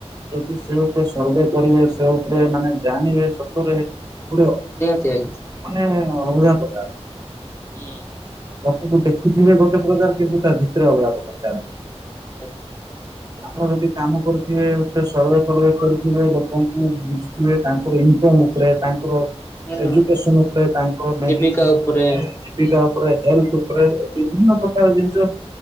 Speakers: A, on the right (about 35°); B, on the left (about 20°).
A: ଯଦି ସେ ଉପରେ ସର୍ଭେ କରିବେ ସେ ଉପରେ ମାନେ ଜାଣିବେ ସତରେ ପୁରା
B: ନିହାତି ଆଜ୍ଞା
A: ମାନେ ଅଲଗା ପ୍ରକାର।
B: ହୁଁ
A: ଲୋକଙ୍କୁ ଦେଖୁଥିବେ ଗୋଟେ ପ୍ରକାର କିନ୍ତୁ ତା ଭିତରେ ଅଲଗା ପ୍ରକାର ଚାଲିଛି
B: <inaudible>
A: ଆପଣ ଯଦି କାମ କରୁଥିବେ ସର୍ବେ ଫର୍ଭେ କରଥିବେ ଲୋକଙ୍କୁ ବୁଝୁଥିବେ ତାଙ୍କର ଏମିତି ଲୋକଙ୍କ ଉପରେ ତାଙ୍କର
B: ହୁଁ
A: ଏଜୁକେସନ୍ ଉପରେ ତାଙ୍କର ମେଡି
B: ଜୀବିକା ଉପରେ
A: ମାନେ ଜୀବିକା ଉପରେ ହେଲଥ ଉପରେ ବିଭିନ୍ନ ପ୍ରକାର ଜିନିଷ